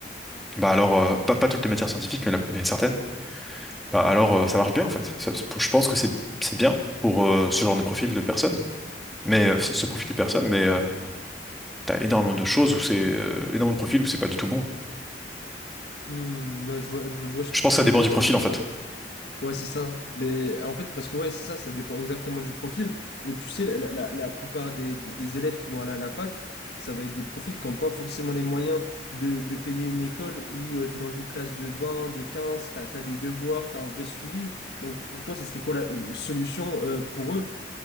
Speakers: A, in the centre; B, on the left.
A: Bah alors, euh, pas, pas toutes les matières scientifiques, mais, la- mais certaines. Bah alors, euh, ça marche bien en fait. Ça- je pense que c'est c'est bien pour euh, ce genre de profil de personnes, mais euh, ce ce profil de personnes, mais euh, t'as énormément de choses où c'est euh, énormément de profils où c'est pas du tout bon.
B: Hmm, ouais, je vois, je vois, je vois ce
A: Je
B: que
A: pense
B: tu
A: que ça
B: veux
A: dépend
B: dire
A: du profil
B: et
A: en fait.
B: Ouais, c'est ça. Mais en fait, parce que ouais, c'est ça, ça dépend exactement du profil. Et tu sais, la, la, la plupart des, des des élèves qui vont aller à la fac, ça va être des profils qui n'ont pas forcément les moyens de, de payer une école où tu es dans une classe de 20, de 15, tu as, des devoirs, tu as un vrai suivi. Donc pour toi, ça serait quoi la euh, solution euh, pour eux?